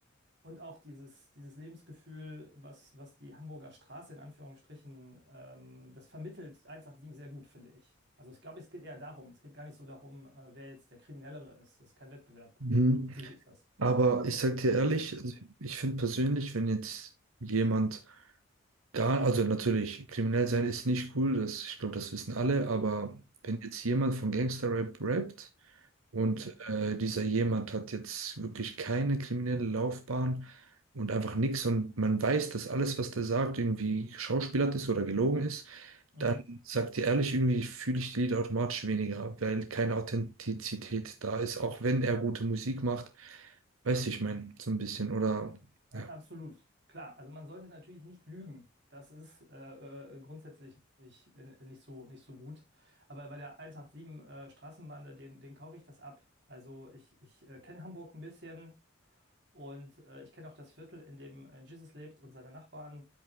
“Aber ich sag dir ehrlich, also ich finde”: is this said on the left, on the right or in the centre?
Right